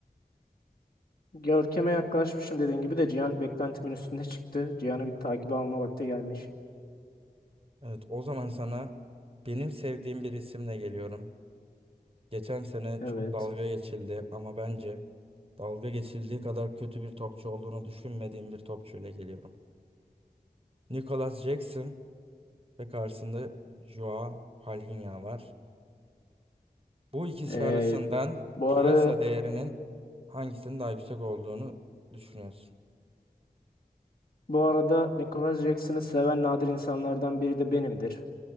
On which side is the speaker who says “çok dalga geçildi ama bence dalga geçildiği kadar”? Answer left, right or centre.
Right